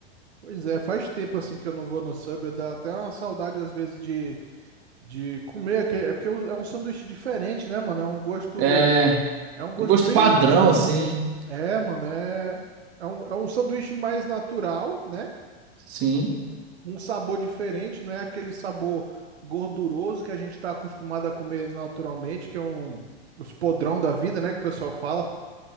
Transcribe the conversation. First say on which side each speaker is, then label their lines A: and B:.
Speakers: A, on the right (about 85°); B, on the right (about 45°).
A: Pois é, faz tempo assim que eu não vou no Subway, dá até uma saudade às vezes de, de comer, aquele- é porque é um é um sanduíche diferente, né, mano? É um gosto,
B: É
A: é um gosto
B: um gosto
A: bem,
B: padrão, assim.
A: é, mano, é, é um, é um sanduíche mais natural, né?
B: Sim.
A: um sabor diferente, não é aquele sabor gorduroso que a gente está acostumado a comer naturalmente, que é um os podrão da vida, né, que o pessoal fala.